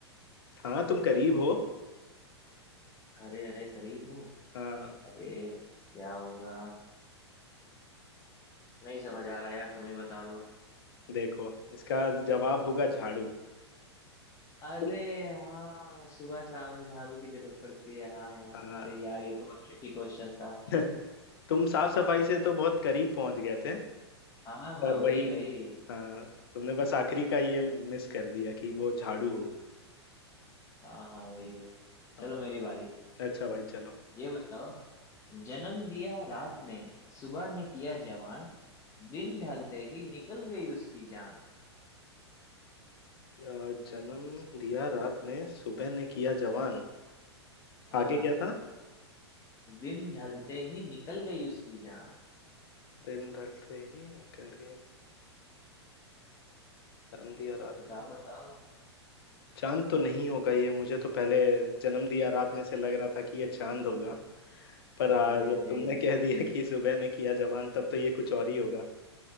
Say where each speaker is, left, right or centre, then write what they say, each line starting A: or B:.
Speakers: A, on the left (about 55°); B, on the left (about 20°).
A: हाँ तुम करीब हो
B: हरे हरे करीब हूँ
A: हाँ
B: अरे क्या होगा नहीं समझ आ रहा यार तुम ही बता दो
A: देखो इसका जवाब होगा झाड़ू
B: अरे
A: तुम
B: हाँ सुबह शाम झाड़ू की जरूरत पड़ती है हाँ यार
A: हाँ
B: अरे यार ये तो बहुत ट्रिकी क्वेश्चन था
A: <laughs> तुम साफ सफाई से तो बहुत करीब पहुंच गए थे
B: हाँ हाँ
A: पर
B: वही
A: वही
B: वही
A: हाँ तुमने बस आखिरी का ये मिस कर दिया कि वो झाड़ू होगा
B: हाँ हाँ वही वही
A: हाँ
B: चलो मेरी बारी
A: अच्छा भाई चलो
B: ये बताओ जन्म दिया रात ने सुबह ने किया जवान दिन ढलते ही निकल गई उसकी जान
A: अ, जन्म दिया रात ने सुबह ने किया जवान
B: हाँ
A: आगे क्या था
B: दिन ढलते ही निकल गई उसकी जान
A: दिन ढलते ही निकल गए जन्म दिया रात
B: बताओ
A: ने
B: बताओ
A: चांद तो नहीं होगा ये मुझे तो पहले जन्म दिया रात ने से लग रहा था कि ये चांद होगा पर आ,
B: अरे
A: जब
B: नहीं
A: तुमने
B: नहीं
A: कह दिया कि सुबह ने किया जवान तब तो ये कुछ और ही होगा